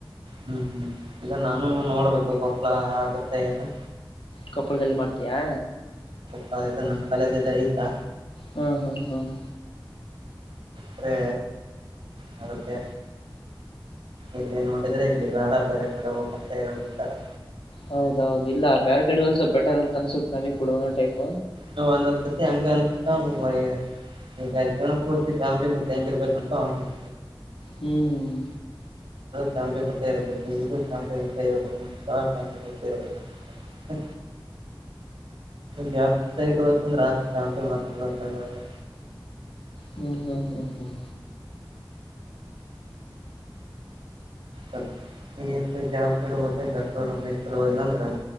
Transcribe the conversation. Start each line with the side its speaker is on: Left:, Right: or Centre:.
Right: ಹ್ಮ್ ಹ್ಮ್ ಇಲ್ಲ ನಾನು ನೋಡ್ಬೇಕು ಗೋಪ್ಲ ಆಗತ್ತೆ ಏನ
Left: ಕೊಪ್ಪಳದಲ್ಲಿ ಮಾಡ್ತೀಯಾ
Right: ಸ ಇದು ನಮ್ಮ್ ಕಾಲಲ್ಲ ಆಯ್ತಾ
Left: ಹ್ಮ್ ಹ್ಮ್ ಹ್ಮ್
Right: ದ್ರೆ ಚಾಗುತ್ತೆ ಎಲ್ಲ ನೋಡಿ ಇಲ್ಲಿ ಬಾಳ ಬೇರೆ ಕೂಡೆ ಹೋಗ ಅಂತ ಹೇಳ್ತಾರೆ
Left: ಹೌದೌದು ಇಲ್ಲ ಬೇರೆ ಕಡೆ ಒ ಸ್ವಲ್ ಬೆಟರ್ ಅಂತ ಅನ್ಸುತ್ತತ್ ನನ ಕೂಡ ಒಂದಂದು ಟೈಮ್
Right: ನೀ ಅಂದತಿ ಅಂಗ ಅ ಈಗ ಜೀವನ ಪೂರ್ತಿ ಜಾಮ್ಲಿ ಬಿುಟ್ಟು ಹೆಂಗಿರ್ಬೇಕಂತ ಅವತ
Left: ಹ್ಮ್
Right: ಕಾಮಿಪಟ್ಟ ಇಬೇಕು ಇದು ತಂಬಿಪಟ್ಟ ಇರಬೇಕು ಕಾರ್ ಕಾಮಿಪಟ್ಟ ಇಬೇಕ ಹ ಜಾಬ್ ಸೈಡ್ತ ರತ ಚಂಪ ಮರ್ತ
Left: ಹ್ಮ್ ಹ್ಮ್ ಹ್ಮ್ ಹ್ಮ್
Right: ವ ಕಡೆ ಹದಟರುಮರ್ ಹದಂದ್ರ